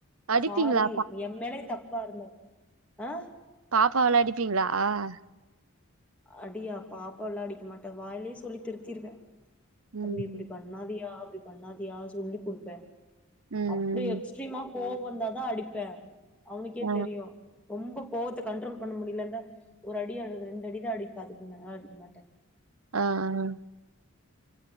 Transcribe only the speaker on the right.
அடிப்பீங்களா
பாப்பாவெல்லா அடிப்பீங்களாஹ்
ம்.
ம். ம்.
ஆ.
ஆஹ் ஆஹ்